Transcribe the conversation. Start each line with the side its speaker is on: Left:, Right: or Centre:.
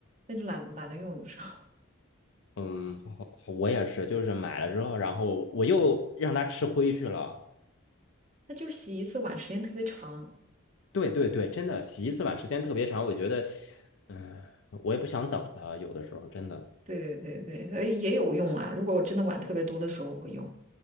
Right: 那就懒懒得用，有时候。
Left: 嗯，我也是，就是买了之后，然后我又让他吃灰去了。
Right: 那就是洗一次碗时间特别长。
Left: 对对对，真的洗一次碗时间特别长，我觉得，嗯、我也不想等了，有的时候真的，
Right: 对对对对，呃也有用啦。如果我真的碗特别多的时候，我会用，